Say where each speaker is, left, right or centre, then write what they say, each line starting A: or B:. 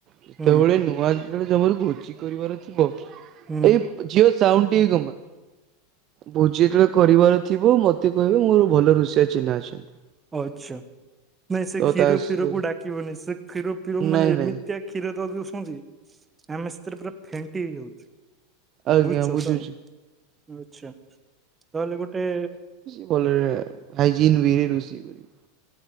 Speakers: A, on the right; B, on the right.
A: ଯେତେବେଳେ
B: ହୁଁ
A: ନୂଆ ଯେତେବେଳେ ତମର ଭୋଜି କରିବାର ଥିବ,
B: ହୁଁ
A: ଏଇ ଝିଅ ସାଉଣ୍ଡ ଟିକେ କମା। ଭୋଜି ଯେତେବେଳେ କରିବାର ଥିବ ମତେ କହିବେ, ମୋର ଭଲ ରୋଷେଆ ଚିହ୍ନା ଅଛନ୍ତି।
B: ଆଚ୍ଛା ନାଇଁ ସେ
A: ତ
B: କ୍ଷୀର
A: ତା ସେ
B: ଫୀରକୁୁ ଡାକିବନି, ସେ କ୍ଷୀର ଫୀର
A: ନାଇଁ
B: ମାନେ ଏମିତିଆ
A: ନାଇଁ
B: କ୍ଷୀର ଦେଇ ଦଉଛନ୍ତି, ଆମେ ସେଥିରେ ପୁରା ଫେଣ୍ଟି ହେଇଯାଉଚୁ।
A: ଆଜ୍ଞା
B: ବୁଝୁଛ
A: ବୁଝୁଛି।
B: ସାଙ୍ଗ ବୁଝୁଛ ନହେଲେ ଗୋଟେ
A: <unintelligible> ହାଇଜନ୍ ୱେ ରେ ରୋଷେଇ କରିିବି।